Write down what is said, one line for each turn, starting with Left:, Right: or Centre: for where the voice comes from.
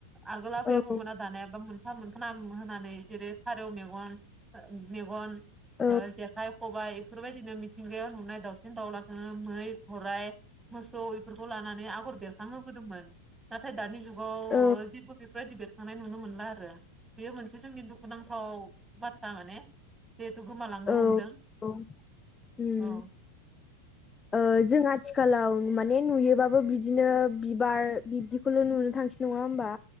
Right: आगोल आफायाबो
Left: औ
Right: मोना दानायाबा मोन फा मोनफा नाम होनानै जेरै फारौ मेगन ओ मेगन
Left: औ
Right: ओ जेखाइ खबाइ इफोरबायदिनो मिथिंगायाव नुनाय दाउ सिन दावउलाखौनो मै गराइ मोसौ इफोरखौ लानानै आगर बेरखांहोबोदोंमोन। नाथाय दानि जुगाव
Left: औ
Right: जेबो ओ बेफोरबायदि बेरखांनाय नुनो मोनला आरो। बेयो मोनसे जोंनि दुखुनांथाव बाथ्रा माने। देथ' गोमालांनो
Left: औ
Right: हमदों
Left: औ उम
Right: औ।
Left: ओ जों आथिखालाव माने नुयोबाबो बिदिनो बिबार बिबदि बेखौल' नुनो थांसै नङा होमबा।